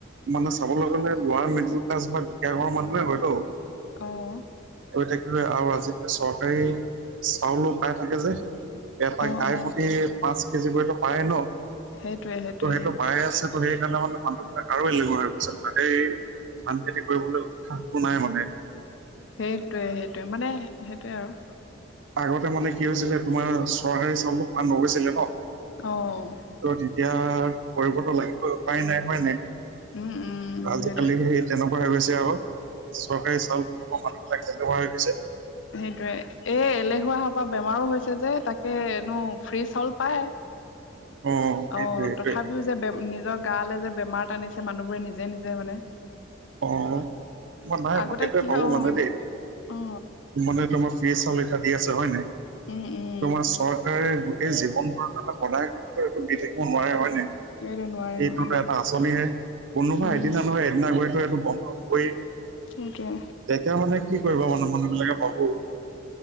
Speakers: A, on the right (about 75°); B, on the left (about 80°).
A: মানে চাবলৈ গ'লে, লোৱাৰ মিডল ক্লাচ বা দুখীয়া ঘৰ মানুহে হয়তো।
B: অ'।
A: গৈ থাকিলে, আৰু আজিকালি চৰকাৰী চাউলো পাই থাকে যে। এটাই
B: অ',
A: গাই
B: অ',
A: প্ৰতি পাঁচ কেজি কৈতো পায়ে ন,
B: সেইটোৱে সেইটোৱে
A: ত সেইটো পায়ে আছে। ত' সেইকাৰণে মানে, মানুহবিলাক আৰু এলেহুৱা হৈ চব তাতেই, এই ধান খেতি কৰিবলৈ উৎসাহটো নাই মানে।
B: সেইটোৱে, সেইটোৱে মানে সেইটোৱে আৰু।
A: আগতে মানে কি হৈছিলে, তোমাৰ চৰকাৰী চাউলতো পোৱা নগৈছিলে ন।
B: অ'।
A: তেতিয়া কৰিবটো লাগিবই, উপায় নাই হয় নাই
B: উম, উম,
A: আজিকালি
B: সেইটোৱে।
A: সেই তেনেকুৱা হৈ গৈছে আকৌ, চৰকাৰী চাউল পোৱা পৰা মানুহ বিলাক এলেহুৱা হৈ গৈছে।
B: সেইটোয়ে, এ এলেহুৱা হোৱা পৰা বেমাৰো হৈছে যে তাকে নো ফ্ৰী চাউল পায়।
A: <inaudible> সেইটোৱে
B: অ',
A: সেইটোৱে
B: তথাপিও যে নিজৰ গা লৈ যে, বেমাৰ টানিছে মানুহবোৰে নিজে, নিজে মানে।
A: অ', মই নাই,
B: আগতে
A: মই এইটোৱে
B: কি
A: ভাবো
B: হয় অ
A: মানে দেই।
B: অ
A: মানে তোমাৰ ফ্ৰী চাউল এতিয়া দি আছে হয় নাই।
B: উম, উম।
A: তোমাৰ চৰকাৰে গোটেই জীৱন-মৰণলৈ সদায় এইটো দি থাকিব নোৱাৰে হয় নাই।
B: এইটো নোৱাৰে নোৱাৰে
A: এইটোতো
B: অ
A: এটা আঁচনিহে, কোনোবা
B: উম
A: এদিনা নহয় এ এদিনা গৈটো এইটো বন্ধ হ'বই।
B: সেইটোৱে।
A: তেতিয়া মানে, কি কৰিব মানে মানুহ বিলাকে ভাবোঁ।